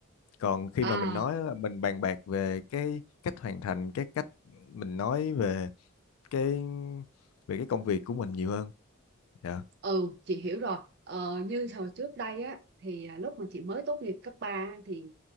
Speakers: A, on the left; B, on the right.
A: Còn khi
B: À,
A: mà mình nói là mình bàn bạc về cái cách hoàn thành, cái cách mình nói về cái về cái công việc của mình nhiều hơn. Dạ,
B: ừ, chị hiểu rồi. Ờ, như hồi trước đây á, thì à, lúc mà chị mới tốt nghiệp cấp 3 á, thì